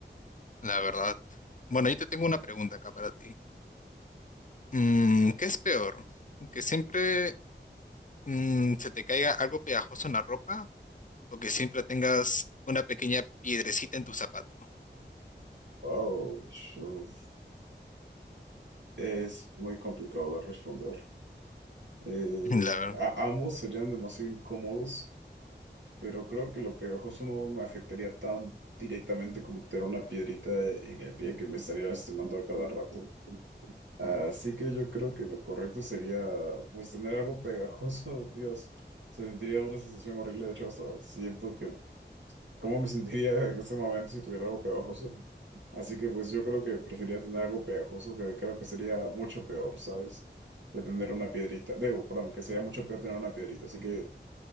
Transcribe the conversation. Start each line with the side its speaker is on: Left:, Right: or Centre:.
Left: la verdad. Bueno, yo te tengo una pregunta acá para ti. Mm, ¿qué es peor? ¿Que siempre mm, se te caiga algo pegajoso en la ropa o que siempre tengas una pequeña piedrecita en tu zapato?
Right: Wow, yo- es muy complicado de responder. Eh,
Left: <laughs> La verdad.
Right: a- ambos serían demasiado incómodos, pero creo que lo pegajoso no me afectaría tan directamente como tener una piedrita en el pie que me estaría lastimando a cada rato. Así que yo creo que lo correcto sería, pues, tener algo pegajoso, <laughs> Dios. Se sentiría una sensación horrible, de hecho, hasta siento que ¿Cómo me <laughs> sentiría en ese momento si tuviera algo pegajoso? Así que pues yo creo que preferiría tener algo pegajoso, que creo que sería mucho peor, ¿sabes? Que tener una piedrita. Debo, perdón, que sería mucho peor tener una piedrita. Así que